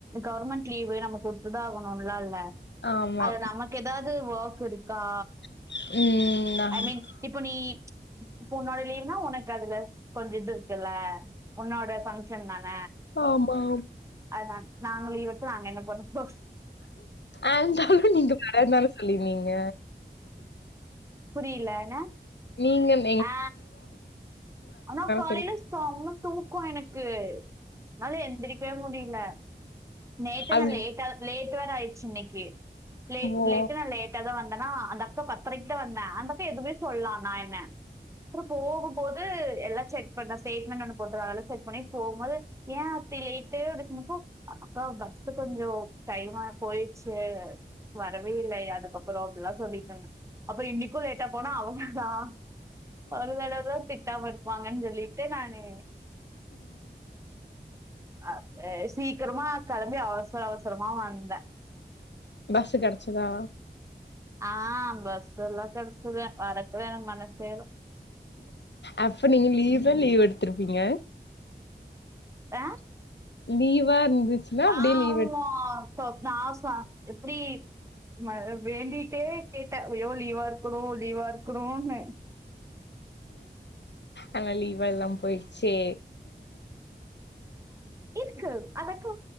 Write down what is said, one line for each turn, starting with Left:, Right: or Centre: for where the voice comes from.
Right: கவர்மெண்ட் லீவு நம்ம குடுத்துதா ஆகணும்லா இல்ல
Left: ஆமா
Right: அது நமக்கு எதாது ஓர்க் இருக்கா
Left: ம் ம் ம் ஆமா
Right: ஐ மீன் இப்ப நீ இப்போ ஒன்னோட லீவ்னா ஏனக்கு அதுல கொஞ்ச இது இருக்குல்ல உன்னோட ஃபங்க்ஷன் தான
Left: ஆமா ஆமா
Right: அதா நாங்க லீவ் எடுத்து நாங்க என்ன பண்ண போ
Left: ஆந்தாலும் நீங்க வரந்தான சொல்லிருந்தீங்க
Right: புரில என
Left: நீங்கம்
Right: ஆ ஆனா காலைல
Left: சொல்லி
Right: செம்ம தூக்கோ எனக்கு அதனால எந்திரிக்கவே முடில நேத்தே
Left: அப்
Right: நா லேட்டா லேட் வேர ஆயிர்ச்சு இன்னிக்கு லேட்
Left: ஓ
Right: லேட் த்து நா லேட்டா தா வந்தேன்னா அந்த அக்க பத்தரைக்கு தா வந்தா அந்த அக்கா எதுவுமே சொல்லா நா என்ன ப்றோ போகும்போது எல்லா செக் பண்ணா ஸ்டேட்மெண்ட் ஒன்னு போட்றாங்கல்ல செக் பண்ணி போகும்போது ஏ அப்டி லேட்டு <unintelligible> அக்கா பஸ்ஸு கொஞ்சோ டைமா போயிடுச்சு வரவே இல்லை அதுக்கப்புறோ அப்படிலா சொல்லிட்ருந்த அப்பறோ இன்னைக்கு லேட்டா போனா அவங்கதா ஒரு தடவ திட்டாம இருப்பாங்கன் சொல் லிட்ட நானு ஆ எ சீக் க்கிரமா கெளம்பி அவசர அவசரமா வந்தே
Left: பஸ்ஸு கெடைச்சுதா
Right: ஆ பஸ் எல்லா கெடைச்சுதா வரத்துக்கு எனக்கு மனசேல்ல
Left: அப்ப நீங்க லீவ்ல லீவ் எடுத்திருப்பீங்க
Right: <unintelligible>
Left: லீவா இருந்துச்சுன்னா அப்படியே
Right: ஆமா
Left: லீவ் எடுத்
Right: இப்ப பாஸா எப்டி ம வேண்டிட்டே கேட்டே ஐயோ லீவா இருக்கணு லீவா இருக்கணுன்னு
Left: ஆனா லீவா எல்லா பொயிட்ச்சே
Right: இதுக்கு அதக்கு